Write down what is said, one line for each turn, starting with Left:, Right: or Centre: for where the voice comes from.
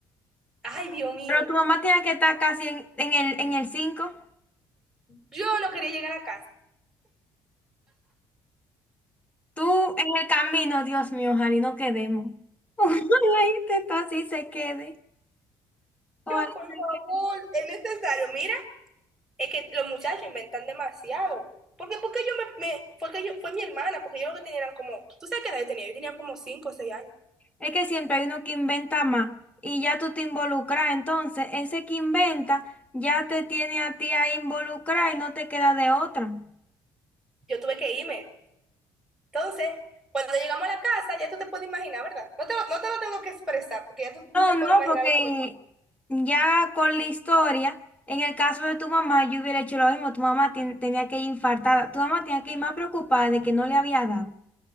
Centre: Ay, Dios mío,
Left: Pero tu mamá tiene que estar casi en, en el, en el cinco
Centre: yo no quería llegar a casa.
Left: Tú en el camino, Dios mío, ojalá y no quedemos. <laughs> Ojalá y te- así se quede. Ojalá
Centre: Yo, por
Left: y
Centre: favor,
Left: se quede.
Centre: es necesario. Mira, Es que los muchachos inventan demasiado. Porque, porque yo me, me- fue que yo, fue mi hermana, porque yo lo que tenía eran como, ¿tú sabes qué edad yo tenía? Yo tenía como cinco, o 6 años.
Left: Es que siempre hay uno que inventa más y ya tú te involucras. Entonces, ese que inventa ya te tiene a ti a involucrar y no te queda de otra.
Centre: Yo tuve que irme. Entonces, cuando llegamos a la casa, ya tú te puedes imaginar, ¿verdad? No te, lo- no te lo tengo que expresar, porque ya tú
Left: No,
Centre: te puedes
Left: no,
Centre: imaginar
Left: porque
Centre: lo que me pasó.
Left: ya con la historia, en el caso de tu mamá, yo hubiera hecho lo mismo. Tu mamá ten- tenía que ir infartada. Tu mamá tenía que ir más preocupada de que no le había dado.